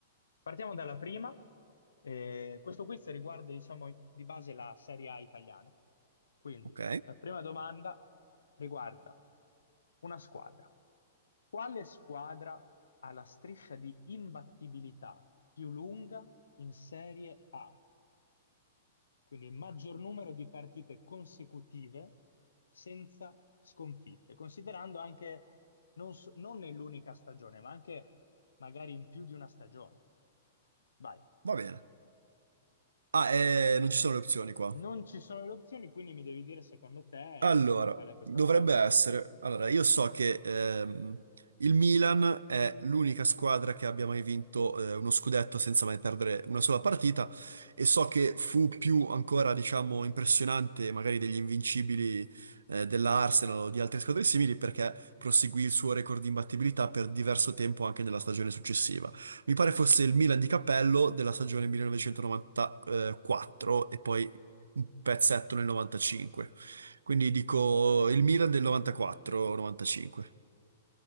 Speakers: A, on the left; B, on the right.
A: Partiamo dalla prima. Eh, questo quiz riguarda, diciamo, di base la Serie A italiana. Quindi,
B: Ok,
A: la prima domanda riguarda una squadra. Quale squadra ha la striscia di imbattibilità più lunga in Serie A? Quindi il maggior numero di partite consecutive senza sconfitte, considerando anche non, s- non nell'unica stagione, ma anche magari in più di una stagione. Vai.
B: va bene. Ah, eh, non ci sono le opzioni qua.
A: Non ci sono le opzioni, quindi mi devi dire secondo te
B: Allora,
A: qual è questa
B: dovrebbe
A: squadra.
B: essere. Allora, io so che ehm, il Milan è l'unica squadra che abbia mai vinto eh, uno scudetto senza mai perdere una sola partita e so che fu più ancora, diciamo, impressionante magari degli invincibili eh, della Arsenal o di altre squadre simili perché proseguì il suo record di imbattibilità per diverso tempo anche nella stagione successiva. Mi pare fosse il Milan di Cappello della stagione 1994 e poi un pezzetto nel 95. Quindi dico il Milan del 94-95.